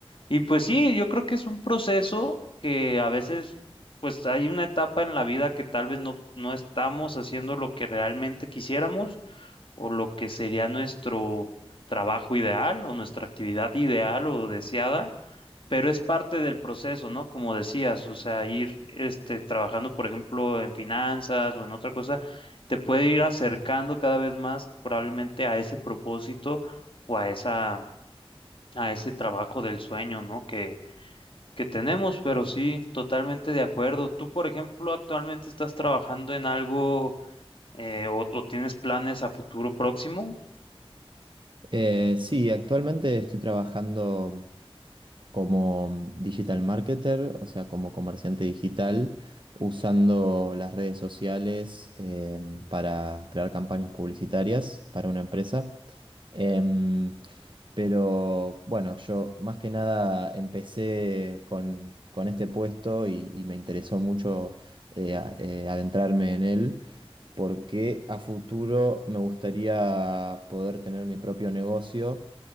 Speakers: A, on the left; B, on the right.
A: Y pues sí, yo creo que es un proceso que a veces, pues hay una etapa en la vida que tal vez no, no estamos haciendo lo que realmente quisiéramos o lo que sería nuestro trabajo ideal o nuestra actividad ideal o deseada, pero es parte del proceso, ¿no? Como decías, o sea, ir este, trabajando, por ejemplo, en finanzas o en otra cosa, te puede ir acercando cada vez más probablemente a ese propósito o a esa, a ese trabajo del sueño, ¿no? Que que tenemos, pero sí, totalmente de acuerdo. Tú, por ejemplo, actualmente estás trabajando en algo eh, o, o tienes planes a futuro próximo.
B: Eh, sí, actualmente estoy trabajando. como digital marketer, o sea, como comerciante digital, usando las redes sociales eh, para crear campañas publicitarias para una empresa. Em, pero bueno, yo más que nada empecé con, con este puesto y, y me interesó mucho eh, a- eh, adentrarme en él porque a futuro me gustaría poder tener mi propio negocio